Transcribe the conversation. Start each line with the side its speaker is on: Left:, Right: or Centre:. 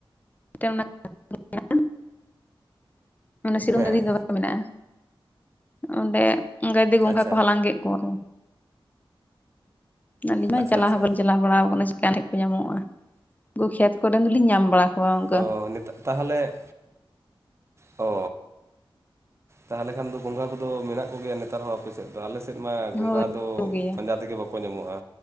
Left: <unintelligible> ᱚᱱᱟ ᱥᱤᱨᱚᱢ
Right: ᱦᱮᱸ
Left: ᱫᱟᱹ ᱫᱤ ᱫᱚ ᱫᱚᱢᱮ ᱢᱮᱱᱟᱜᱼᱟ᱾ ᱚᱸᱰᱮ ᱜᱟᱹᱰᱤ ᱜᱚᱝᱜᱷᱟ
Right: ᱟᱪᱪᱷᱟ
Left: ᱠᱚ ᱦᱟᱞᱟᱝ ᱜᱮᱫ ᱠᱚᱣᱟ ᱠᱚ᱾ ᱟᱹᱞᱤᱧ ᱢᱟ
Right: ᱟᱪᱪᱷᱟ
Left: ᱪᱟᱞᱟᱣ
Right: ᱟᱪᱪᱷᱟ
Left: ᱦᱚᱸ ᱵᱟᱹᱞᱤᱧ ᱪᱟᱞᱟᱣ ᱵᱟᱲᱟᱣ ᱠᱟᱱᱟ᱾ ᱚᱠᱟ ᱴᱷᱮᱸᱜ ᱠᱚ ᱧᱟᱢᱚᱜᱼᱟ ᱩᱠᱩ ᱠᱷᱮᱛ ᱠᱚᱨᱮᱱ ᱫᱚᱞᱤᱧ ᱧᱟᱢ ᱵᱟᱲᱟ᱾ ᱠᱚᱣᱟ ᱚᱱᱠᱟ
Right: ᱚ ᱱᱤᱛᱚᱜ ᱛᱟᱦᱞᱮ ᱚ᱾ ᱛᱟᱦᱞᱮ ᱠᱷᱟᱱ ᱫᱚ ᱜᱚᱸᱜᱷᱟ ᱠᱚᱫᱚ ᱢᱮᱱᱟᱜ ᱠᱚᱜᱮᱭᱟ ᱱᱮᱛᱟᱨ ᱦᱚᱸ ᱟᱯᱮ ᱥᱮᱫ ᱫᱚ ᱟᱞᱮ ᱥᱮᱫ ᱢᱟ ᱜᱚᱸᱜᱷᱟ
Left: ᱦᱳᱭ
Right: ᱫᱚ
Left: ᱠᱚᱜᱮᱭᱟ
Right: ᱯᱟᱸᱡᱟ ᱛᱮᱜᱮ ᱵᱟᱠᱚ ᱠᱚ ᱧᱟᱢᱚᱜᱼᱟ᱾